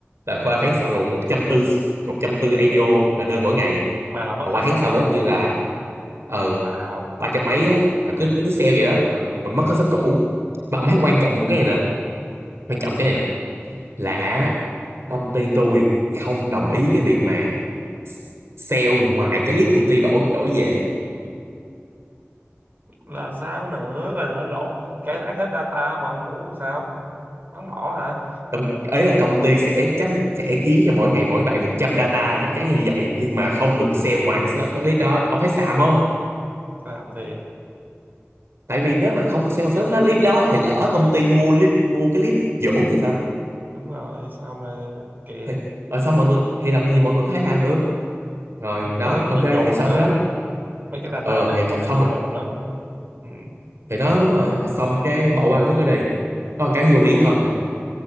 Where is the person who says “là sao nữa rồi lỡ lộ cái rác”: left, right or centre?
Right